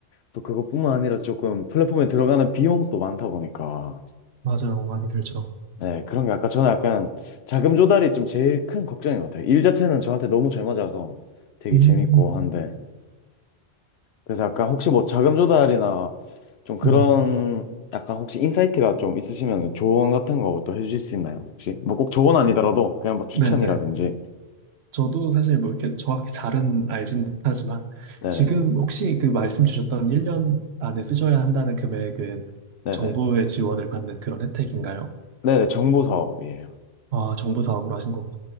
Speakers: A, on the left; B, on the right.
A: 또 그것뿐만 아니라 조금 플랫폼에 들어가는 비용도 많다 보니까,
B: 맞아요. 많이 들죠.
A: 네, 그런 게 아까 저는 약간 자금 조달이 좀 제일 큰 걱정인 것 같아요. 일 자체는 저한테 너무 잘 맞아서 되게
B: 음,
A: 재밌고 한데. 그래서 약간 혹시 뭐 자금 조달이나 좀 그런
B: 음,
A: 약간 혹시 인사이트가 좀 있으시면 조언 같은 거 또 해주실 수 있나요? 혹시 뭐 꼭 조언 아니더라도 그냥 뭐 추천이라든지
B: 네네. 저도 사실 뭐 이렇게 정확히 잘은 알진 못하지만
A: 네네
B: 지금 혹시 그 말씀 주셨던 1년 안에 쓰셔야 한다는 금액은
A: 네네
B: 정부의 지원을 받는 그런 혜택인가요?
A: 네네 정보 사업이에요.
B: 아, 정부 사업으로 하신 거구나.